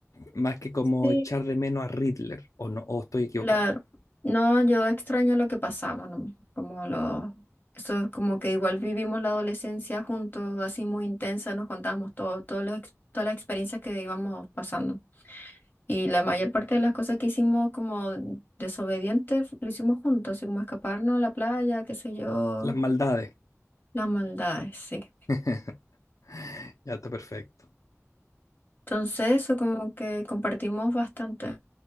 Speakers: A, on the left (about 85°); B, on the left (about 35°).
A: más que como
B: Sí,
A: echar de menos a Riddler, o no, o estoy equivocado.
B: claro. No, yo extraño lo que pasamos, ¿no? Como lo Eso es como que igual vivimos la adolescencia juntos, así muy intensa, nos contábamos todo, todo lo ex- todas las experiencias que íbamos pasando. Y la mayor parte de las cosas que hicimos como desobedientes lo hicimos juntos, así como escaparnos a la playa, qué sé yo,
A: Las maldades.
B: las maldades, sí.
A: <laughs> Ya está perfecto.
B: Entonces, eso como que compartimos bastante